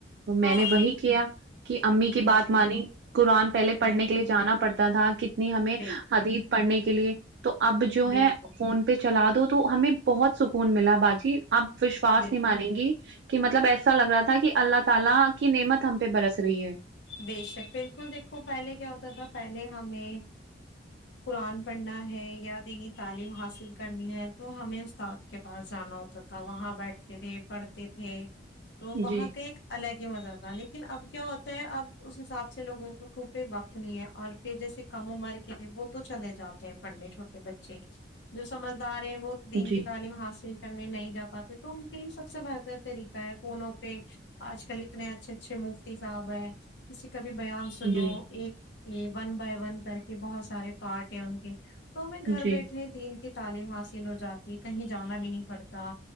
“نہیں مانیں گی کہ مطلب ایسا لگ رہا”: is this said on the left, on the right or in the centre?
Right